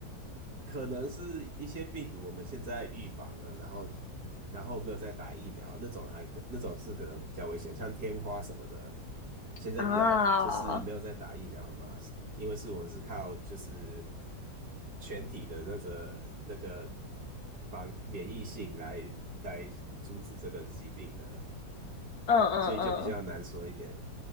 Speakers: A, on the right; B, on the left.
A: 可能是一些病毒我们现在预防了，然后然后没有再打疫苗，那种还可那种是可能比较危险，像天花什么的，现在比较就是没有再打疫苗了嘛，
B: 啊，嗯
A: 因为是我们是靠就是全体的那个那个防免疫性来来阻止这个疾病的。
B: 嗯嗯，
A: 所以就比较难说一点。